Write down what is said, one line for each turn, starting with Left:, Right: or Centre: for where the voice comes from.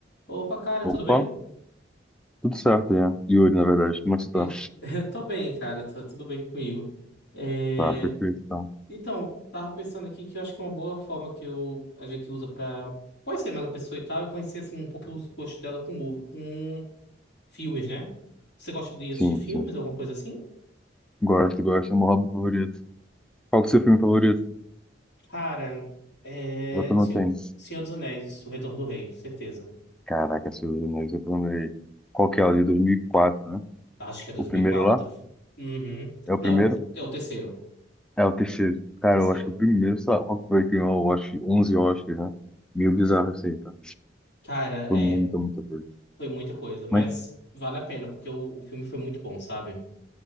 Left: Opa, cara,
Centre: Opa,
Left: tudo bem?
Centre: tudo certo, né? Yuri, na verdade. Como é que você
Left: E-
Centre: tá?
Left: <laughs> Tô bem, cara, tu- tudo bem comigo. É,
Centre: Tá, perfeito, então.
Left: Então, tava pensando aqui que eu acho que uma boa forma que eu... a gente usa pra conhecer mais a pessoa e tal é conhecer assim, um pouco os gostos dela com, mov- com filmes, né? Você gosta de assistir
Centre: Sim,
Left: filmes,
Centre: sim.
Left: alguma coisa assim?
Centre: Gosto, gosto. É meu hobby favorito. Qual que é o seu filme favorito?
Left: Cara, é...
Centre: Outro não
Left: Se-
Centre: tem.
Left: Senhor dos Anéis, O Retorno do Rei, certeza.
Centre: Caraca, Senhor dos Anéis, eu também. Qual que é o de 2004, né?
Left: Acho que é 2004.
Centre: O primeiro lá?
Left: Uhum.
Centre: É o
Left: Não,
Centre: primeiro?
Left: é o é o terceiro.
Centre: É o terceiro. Cara,
Left: Terceiro.
Centre: eu acho que o primeiro, sei lá, qual que foi que ganhou, eu acho, que 11 Oscars, né? Meio bizarro isso aí, tá?
Left: Cara,
Centre: Foi
Left: é.
Centre: muita, muita coisa.
Left: Foi muita coisa, mas
Centre: Mas,
Left: vale a pena, porque o, o filme foi muito bom, sabe?